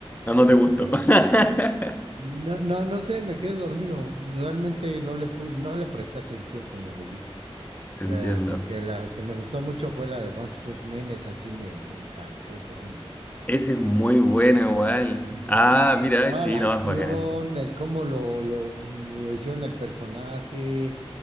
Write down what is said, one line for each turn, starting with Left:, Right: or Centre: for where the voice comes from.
Left: Ah, no te gustó. <laughs>
Right: No, no, no sé, me quedé dormido. Realmente no le pu- no le presté atención como debí.
Left: Te entiendo.
Right: Eh, porque la que me gustó mucho fue la de One Punch Man, esa sí me, me encantó ese anime.
Left: Ese es muy bueno igual.
Right: Ujú.
Left: Ah, mira,
Right: Toda
Left: sí,
Right: la
Left: no,
Right: acción,
Left: es bacán esa.
Right: el cómo lo, lo, mm, lo hicieron el personaje,